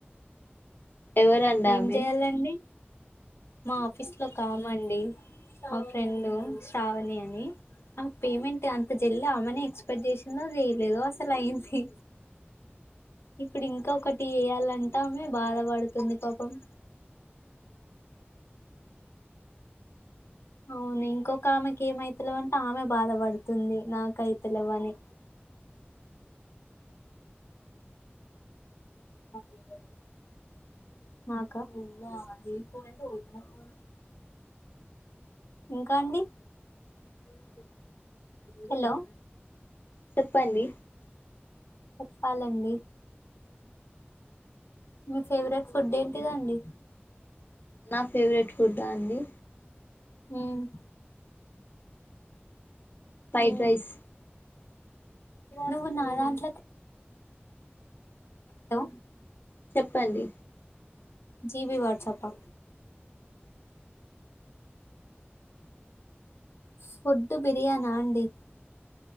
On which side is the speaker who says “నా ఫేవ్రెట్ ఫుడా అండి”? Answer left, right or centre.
Left